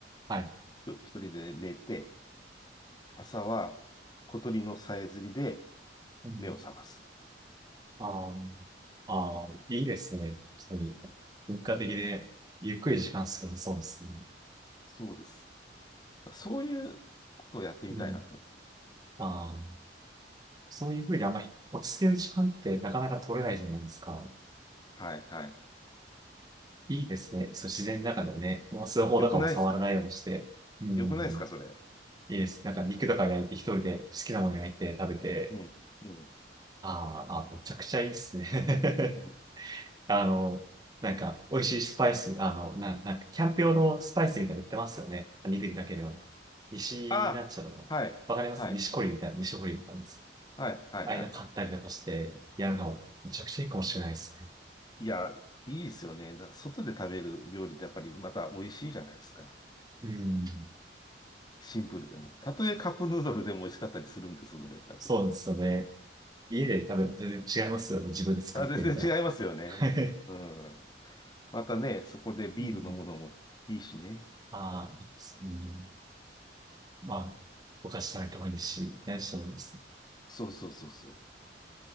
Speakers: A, on the right (about 20°); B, on the left (about 25°).
A: はい。
B: ひと一人で寝て、朝は小鳥のさえずりで
A: うん
B: 目を覚ます。
A: あーあー、いいですね。一人。文化的で、
B: うん、
A: ゆっくり時間過ごせそうですね。
B: そうです。そういうことをやってみたいなと思う。
A: うん。ああそういうふうにあんまり落ち着ける時間ってなかなか取れないじゃないですか。
B: はい、はい。
A: いいですね。そう、自然の中でね、もうスマホとかも触らないようにして。
B: よくないですか
A: うん。
B: よくないですかそれ。
A: いいです。なんか肉とか焼いて一人で好きなもの焼いて食べて。
B: うん、うん、
A: あーあー、めちゃくちゃいいですね。
B: うん。
A: <laughs> あの、なんか、美味しいスパイス、あの、な、なんか、キャンプ用のスパイスみたいなの売ってますよね。肉にかけるような。西、
B: あ、
A: なんちゃらの、
B: はい、
A: わかります西コリみたいな、
B: はい、
A: 西堀みたいなんですよ。
B: はい、はい、
A: ああいうの買ったりとかして、
B: はい。はい
A: やるの、めちゃくちゃいいかもしれないですね。
B: いや、いいですよね。だから外で食べる料理ってやっぱりまた美味しいじゃないですか。
A: うん。
B: シンプルでも。たとえカップヌードルでも美味しかったりするんです、それで食べると。
A: そうですよね。家で食べると全然違いますよね。自分で作ってみたら。
B: あ、全然違いますよね。
A: <laughs>
B: うん。またね、そこでビール飲むのもいいしね。
A: うん。ああ、いいですね。まあ、お菓子食べてもいいし、何してもいいですね。
B: そうそうそうそう。